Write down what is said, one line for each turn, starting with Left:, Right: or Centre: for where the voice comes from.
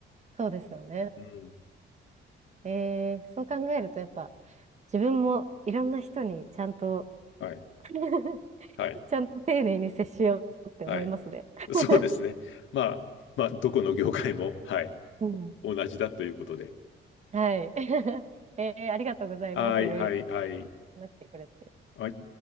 Right: そうですよね。
Left: うん。
Right: えー、そう考えるとやっぱ自分もいろんな人にちゃんと
Left: はい。
Right: <laughs>
Left: はい。
Right: ちゃんと丁寧に接しようって思いますね。
Left: はい。
Right: <laughs>
Left: そうですね。まあ、まあ、どこの業界も、はい。
Right: うん。
Left: 同じだということで。
Right: はい。<laughs> えー、ありがとうございます。
Left: はい、
Right: いろいろ
Left: はい、はい。
Right: 話してくれて。
Left: はい。